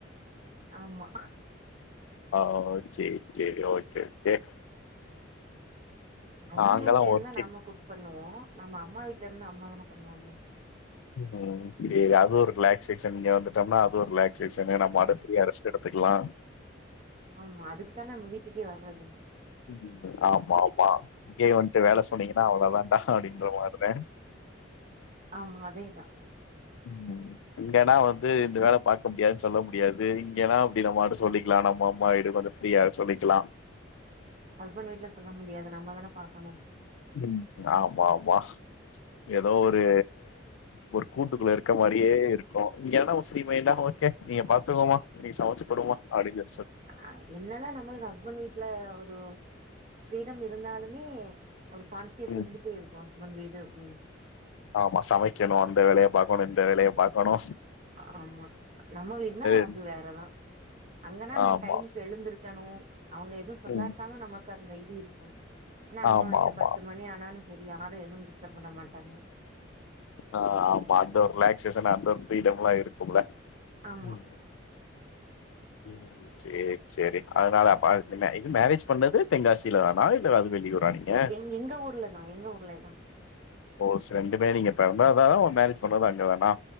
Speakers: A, on the right (about 35°); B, on the left (about 85°).
A: ஆமா
B: ஆ சேரி சேரி ஓகே ஓகே
A: ஹஸ்பண்ட்
B: நாங்கல்லாம்
A: வீட்ல இருந்தா
B: ஒர்க்கிங்
A: நம்ம குக் பண்ணுவோ நம்ம அம்மா வீட்ல இருந்தா அம்மா தானே பண்ணுவாங்க
B: உம் சேரி அது ஒரு ரிலாக்சேஷன் இங்க வந்துட்டோம்னா அது ஒரு ரிலாக்சேஷன்னு நம்மடுதியா ரெஸ்ட் எடுத்துக்கலா
A: ஆமா அதுக்கு தான நம்ம வீட்டுக்கே வர்றது
B: உம் ஆமா ஆமா இங்கே வந்துட்டு வேலை
A: ம்.
B: சொன்னீங்கன்னா அவ்ள தான்ண்டா அப்படின்ற மாறிதே
A: ஆமா அதேதா
B: உம் இங்கன்னா வந்து இந்த வேலை பாக்க முடியாதுன்னு சொல்லவு முடியாது இங்கன்னா அப்டி நம்மு சொல்லிக்கலா நம்ம அம்மா வீடு கொஞ்ச ஃப்ரீயா சொல்லிக்கலா
A: ஹஸ்பண்ட் வீட்ல சொல்ல முடியாது நம் நம்மதானே பாக்கணு
B: உம் ஆமா ஆமா ஏதோ ஒரு ஒரு கூட்டுக்குள்ள இருக்க மாரியே இருக்கு இங்கன ஃப்ரீமைண்டா ஓகே நீங்க பாத்துங்கோமா நீங்க சமைச்சுகுடுமா அப்படின்னு
A: ஆ என்னதா நம்மளுக்கு ஹஸ்பண்ட் வீட்ல ஒரு ஃப்ரீடம் இருந்தாலுமே ஒரு கான்சியஸ்
B: ம்
A: இருந்துட்டே இருக்கு ஹஸ்பண்ட் வீடு அப்படின்னு
B: ஆமா சமைக்கணு அந்த வேலைய பாக்கணு வேலைய பாகணு
A: ஆமா நம்ம வீட்னா அது
B: எந்ச்
A: வேறதா அங்கன்னா நம்ம
B: ஆமா
A: டைமுக்கு எழுந்திருக்கணு அவங்க ஏது சொல்லாட்டாலு
B: ம்
A: நம்ம கந்த இது இருக்கு ஆனா அம்மா
B: ஆமா
A: வீட்ல
B: ஆமா
A: பத்து மணி ஆனாலூ சரி யாரு எதுவு டிஸ்டர்ப் பண்ண மாட்டாங்க
B: ஆஹ் ஆமா அந்த ஒரு ரிலாக்சேஷன் அந்த ஒரு பரீடம்லா இருக்கும்ல
A: ஆமா
B: ம் ம் சரி சரி அதனால இது மேரேஜ் பண்ணது தெங்காசில தானா இல்ல அது வெளியூரா நீங்க
A: எ எங்க ஊர்லதான் எங்க ஊர்லதான்
B: ஓ ச ரெண்டுமே நீங்க பிறந்த அதான் உ மேரேஜ் பண்றதுதான் அங்கதானா